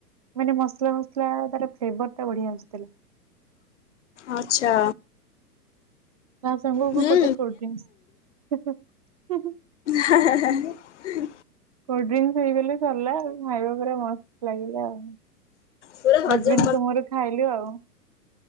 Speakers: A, on the right; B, on the left.
A: ମାନେ ମସଲା ଫସଲା ତାର ଫ୍ଲେଭର୍ ଟା ବଢିଆ ଆସୁଥିଲା।
B: ଆଚ୍ଛା
A: ତା ସାଙ୍ଗକୁ
B: ହୁଁ
A: ଗୋଟେ କୋଲଡ୍ରିଙ୍କସ। ହୁଁ ହୁଁ।
B: ହା ହା ହା ହା।
A: କୋଲଡ୍ରିଙ୍କସ ହେଇଗଲେ ସରିଲା ଆଉ। ଖାଇବା ପୁରା ମସ୍ତ ଲାଗିଲା ଆଉ
B: ପୁରା ହଜମ
A: ହଜବେଣ୍ଡ କୁ ମୋର ଖାଇଲୁ ଆଉ।